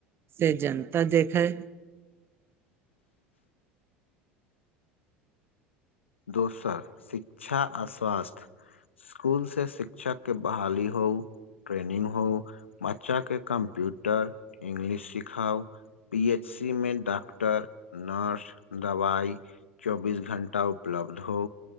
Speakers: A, on the right; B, on the left.
A: से जनता देखै।
B: दोसर शिक्षा आ स्वास्थ्य स्कूल से शिक्षक के बहाली हो ट्रेनिंग हो बच्चा के कम्प्यूटर इंग्लिश सिखाउ पी एच सी मे डॉक्टर नर्स दवाई चौबीस घंटा पर उपलब्ध हो